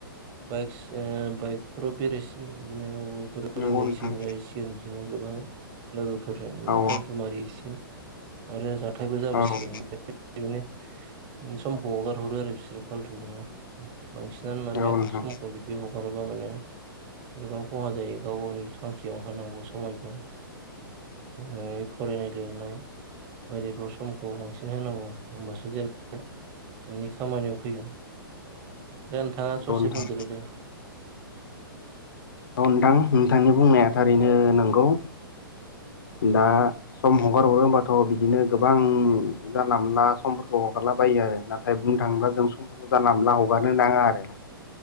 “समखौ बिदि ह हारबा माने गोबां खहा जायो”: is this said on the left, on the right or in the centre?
Right